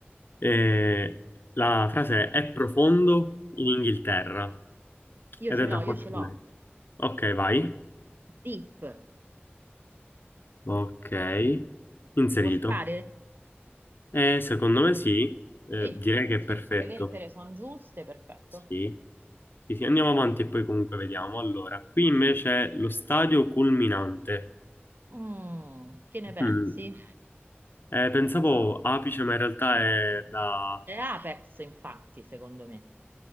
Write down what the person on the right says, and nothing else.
io
ce
l'ho,
io ce l'ho.
Deep,
ci può stare?
Sì,
se
le lettere sono giuste, perfetto.
Mm, che ne pensi?
È Apex, infatti, secondo me.